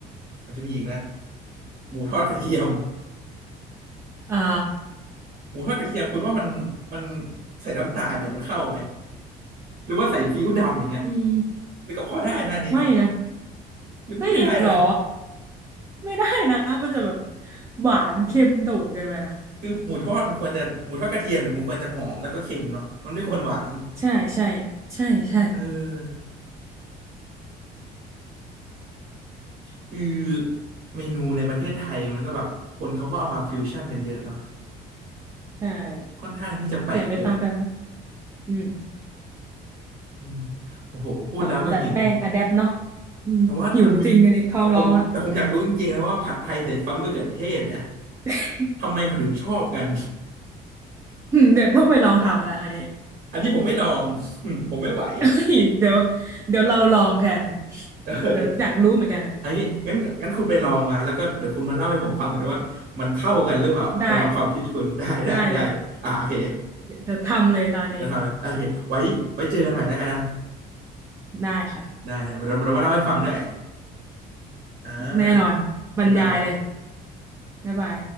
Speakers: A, on the right; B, on the right.
A: มันจะมีอีกนะหมูทอดกระเทียม
B: อ่า
A: หมูทอดกระเทียมคุณว่ามันมันใส่น้ำตาลเนี่ยมันเข้าไหมหรือว่าใส่ซีอิ๊วดำอย่างเงี้ย
B: อืมอืม
A: หรือก็พอได้นะอันนี้เนาะ
B: ไม่นะ
A: หรือไม่ได้เลย
B: เฮ้ยหรอไม่ได้นะมันจะแบบหวานเค็มโดดเกินไปนะ
A: คือหมูทอดมันควรจะหมูทอดกระเทียมเนี่ยมันควรจะหอมแล้วก็เค็มเนาะมันไม่ควรหวาน
B: ใช่ใช่ใช่ใช่
A: เออ คือเมนูในประเทศไทยมันก็แบบคนเขาก็เอามาฟิวชั่นกันเยอะเนาะ
B: ใช่
A: ค่อนข้างที่จะแปลกอยู่
B: เปลี่ยนไปตามกันไหมอืม
A: อืมโอ้โหพูดแล้วก็หิว
B: แบบดัดแป้งอะแดปเนาะอืมหิวจริงอันนี้ท้องร้องละ
A: แต่ว่ามันมีแต่ผมแต่ผมอยากรู้จริงๆนะว่าผัดไทยใส่ซอสมะเขือเทศเนี่ย
B: <laughs>
A: ทำไมเขาถึงชอบกัน
B: อืมเดี๋ยวต้องไปลองทำละอันนี้
A: <laughs> อันนี้ผมไม่ลอง <laughs> ผมไม่ไหว
B: <laughs> เฮ้ยเดี๋ยวเดี๋ยวเราลองแทน
A: เอ้ย
B: เดี๋ยวอยากรู้เหมือนกันอะ
A: อันนี้งั้นงั้นคุณไปลองมาแล้วก็เดี๋ยวคุณมาเล่าให้ผมฟังเลยว่ามันเข้ากันหรือเปล่าสำหรับความคิดคุณได้ได้ได้อ่าโอเค
B: ได้ได้เลยเดี๋ยวทำเลยตอนนี้
A: จะทำเลยโอเคไว้ไว้เจอกันใหม่แล้วกันนะ
B: ได้ค่ะ
A: ได้เดี๋ยวเราเรามาเล่าให้ฟังด้วย อ่าบ๊ายบาย
B: แน่นอนบรรยายเลยบ๊ายบาย